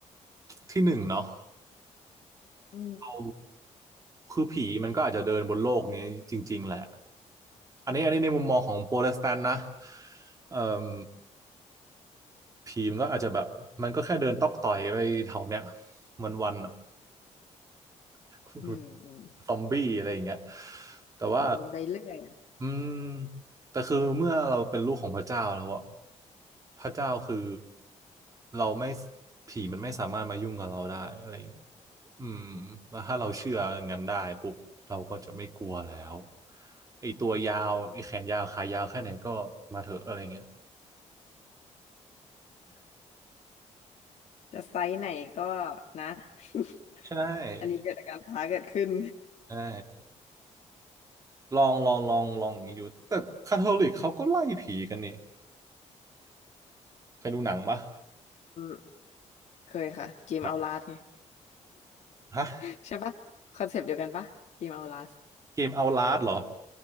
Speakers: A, on the right (about 25°); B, on the left (about 60°).
A: ที่หนึ่งเนาะ
B: อืม
A: เราคือผีมันก็อาจจะเดินบนโลกนี้จริงๆแหละอันนี้อันนี้ในมุมมองของโปรเตสแตนต์นะเอ่อผีมันก็อาจจะแบบมันก็แค่เดินตอกต่อยไปแถวเนี้ยวันๆอะ <laughs>
B: อืมอืม
A: ซอมบี้อะไรอย่างเงี้ยแต่ว่า
B: เดินไปเรื่อยอะ
A: อืมแต่คือเมื่อเราเป็นลูกของพระเจ้าแล้วอะพระเจ้าคือเราไม่ผีมันไม่สามารถมายุ่งกับเราได้อะไรอย่างเงี้ยอืมแล้วถ้าเราเชื่ออย่างนั้นได้ปุ๊บเราก็จะไม่กลัวแล้วไอ้ตัวยาวไอ้แขนยาวขายาวแค่ไหนก็มาเถอะอะไรเงี้ย
B: จะไซส์ไหนก็นะ <laughs>
A: ใช่
B: อันนี้เกิดอาการท้าเกิดขึ้น
A: ใช่ลองลองลองลองอย่างนี้ดูแต่คาทอลิกเขาก็ไล่ผีกันนี่เคยดูหนังปะ
B: อืมเคยค่ะเกมเอาลาสไง
A: หนังฮะ
B: <laughs> ใช่ปะคอนเซปต์เดียวกันปะเกมเอาลาส
A: เกมเอาลาสเหรอ